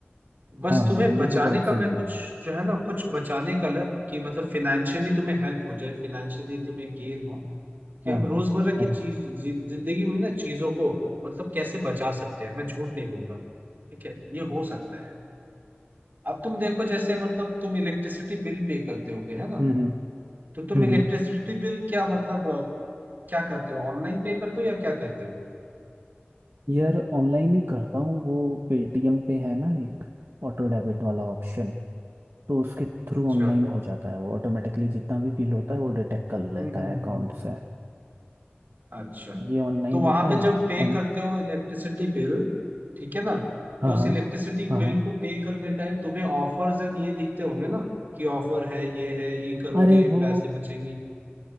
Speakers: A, on the right; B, on the right.
A: बस
B: हाँ हाँ
A: तुम्हें
B: वो
A: बचाने
B: तो बात
A: का
B: सही
A: मैं कुछ
B: है
A: जो है ना कुछ बचाने का लग कि मतलब फिनेंशियली तुम्हें हेल्प हो जाए फिनेंशियली तुम्हें गेन हो कि
B: हाँ
A: हम रोजमर्रा
B: हाँ, हाँ।
A: की चीज जि- जिंदगी में ना चीजों को मतलब कैसे बचा सकते हैं मैं झूठ नहीं बोल रहा ठीक है ये हो सकता है अब तुम देखो जैसे मतलब तुम इलेक्ट्रिसिटी बिल पे करते होगे है ना
B: हम्म
A: तो तुम
B: हम्म
A: इलेक्ट्रिसिटी
B: हम्म।
A: बिल क्या मतलब अ, क्या करते हो ऑनलाइन पे करते हो या क्या करते हो
B: यार ऑनलाइन ही करता हूँ वो पेटीएम पे है ना एक ऑटो डेबिट वाला ऑप्शन तो उसके थ्रू
A: अच्छा
B: ऑनलाइन हो जाता है वो ऑटोमेटिकली जितना भी बिल होता है वो डिटेक्ट कर लेता
A: हम्म हम्म
B: है अकाउंट से
A: अच्छा
B: ये ऑनलाइन
A: तो वहां
B: होता
A: पे
B: है
A: जब पे
B: अम,
A: करते हो इलेक्ट्रिसिटी बिल ठीक है ना
B: हाँ
A: तो उस
B: हाँ
A: इलेक्ट्रिसिटी
B: हाँ
A: बिल
B: हाँ
A: को पे करने टाइम तुम्हें ऑफर्स एंड ये दिखते होंगे ना कि ऑफर है ये है ये करो
B: अरे
A: तो ये
B: वो
A: पैसे बचेंगे